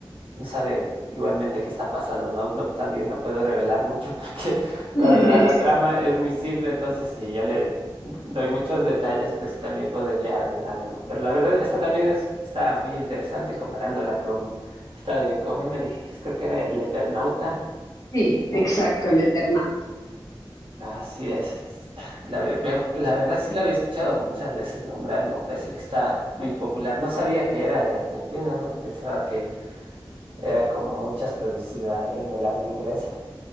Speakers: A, on the right (about 70°); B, on the left (about 40°).
A: no saben igualmente qué está pasando, ¿no? No, también no puedo revelar mucho <laughs> porque
B: <laughs>
A: la verdad la trama es muy simple, entonces si yo le doy muchos detalles, pues también podría arruinarla, ¿no? Pero la verdad, esta también es, está muy interesante comparándola con esta de, ¿cómo me dijiste? Creo que era El Eternauta.
B: Sí, exacto, el Eternauta.
A: Así es. <sighs> es- La, ve- veo- la verdad sí la había escuchado muchas veces nombrar, ¿no? Pensé que está muy popular. No sabía que era de Argentina, ¿no? Pensaba que era como muchas producida en el habla inglesa.